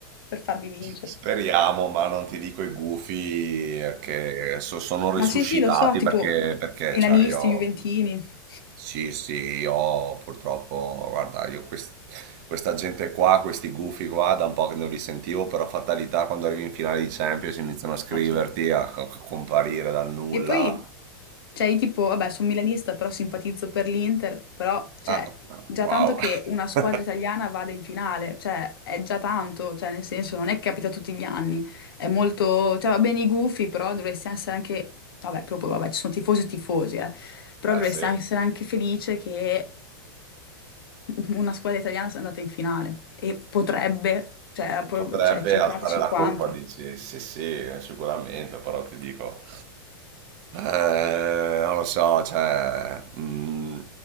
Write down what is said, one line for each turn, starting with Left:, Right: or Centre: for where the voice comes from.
Left: per farvi vincere.
Right: Speriamo, ma non ti dico i gufi eh, che so- sono risuscitati
Left: Ma sì, sì, lo so, tipo
Right: perché, perché
Left: milanisti,
Right: cioè io,
Left: juventini.
Right: sì, sì, io purtroppo, guarda, io quest- questa gente qua, questi gufi qua, da un po' che non li sentivo, però fatalità quando arrivi in finale di Champions iniziano a scriverti,
Left: Facile.
Right: a, a comparire dal nulla.
Left: E poi, cioè, io tipo, vabbè, sono milanista, però simpatizzo per l'Inter, però, cioè,
Right: Ah,
Left: già
Right: wow.
Left: tanto che una squadra
Right: <laughs>
Left: italiana vada in finale, cioè, è già tanto, cioè, nel senso, non è che capita tutti gli anni, è molto, cioè, va bene i gufi, però dovresti essere anche, vabbè, proprio, vabbè, ci sono tifosi e tifosi, eh, però dovresti
Right: Eh sì.
Left: essere anche felice che una squadra italiana sia andata in finale e potrebbe, cioè, pro-
Right: Potrebbe
Left: cioè, 50-50.
Right: alzare la coppa, dici? Sì, sì, sicuramente, però ti dico, eh, non lo so, cioè, mm,